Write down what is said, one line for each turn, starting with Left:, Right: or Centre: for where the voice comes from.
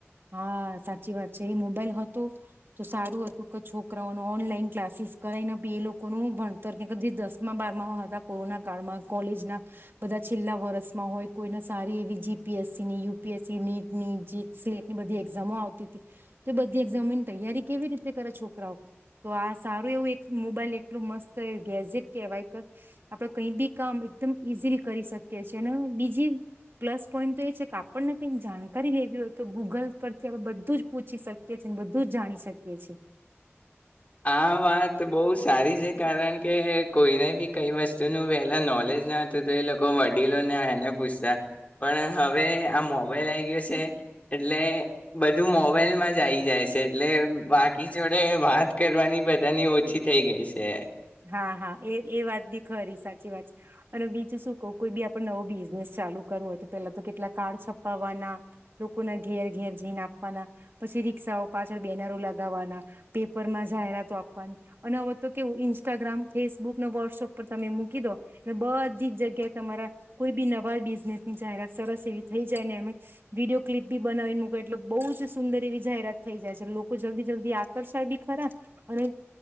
Right: હા સાચી વાત છે એ મોબાઈલ હતો તો સારું હતું કે છોકરાઓને ઓનલાઈન ક્લાસીસ કરાયને બી એ લોકોનું ભણતર કે જે દસમા બારમામાં હતા કોરોના કાળમાં કોલેજના બધા છેલ્લા વર્ષમાં હોય કોઈને સારી એવી જીપીએસસી ની યુપીએસસી નીટ ની જે ની બધી એક્ઝામો આવતી હતી તો એ બધી એક્ઝામોની તૈયારી કેવી રીતે કરે છોકરાઓ તો આ સારું એવું એક મોબાઈલ એટલોું મસ્ત ગેઝેટ કહેવાય કે આપડે કઈ બી કામ એકદમ ઈઝીલી કરી શકીએ છીએ અને બીજી પ્લસ પોઈન્ટ તો એ છે કે આપણને કઈક જાણકારી લેવી હોય તો ગૂગલ પરથી આપણે બધું જ પૂછી શકીએ છીએ અને બધું જ જાણી શકીએ છીએ
Left: આ વાત બહુ સારી છે કારણ કે કોઈને બી કઈ વસ્તુનું વહેલા નોલેજ ના હતું તો એ લોકો વડીલોને એને પૂછતા પણ હવે આ મોબાઈલ આવી ગયો છે એટલે બધું મોબાઈલમાં જ આવી જાય છે એટલે બાકી જોડે વાત કરવાની બધાની ઓછી થઈ ગઈ છે
Right: હા હા એ એ વાત બી ખરી સાચી વાત છે અને બીજું શું કહ કોઈ બી આપડે નવો બિઝનેસ ચાલુ કરવો હોય તો પેલા તો કેટલા કાર્ડ છપાવવાના લોકોના ઘેર ઘેર જઈન આપવાના પછી રી્ષાઓ પાછળ બેનરો લગાવવાના પેપર માં જાહેરાતો આપવાની અને હવે તો કેવું ઇ ઇન્સ્ટાગ્રામ ફેસબુક ને વોટ્સઅપ પર તમે મૂકી દો એટલે બધી જગ્યાએ તમારા કોઈ બી નવા બિઝનેસ ની જાહેરાત સરસ એવી થઈ જાય ને અમે વિડીયો ક્લિપ બી બનાવી મૂકો એટલે બહુ જ સુંદર એવી જાહેરાત થઈ જાય છે લોકો જલ્દી જલ્દી આકર્ષાય બી ખરા અને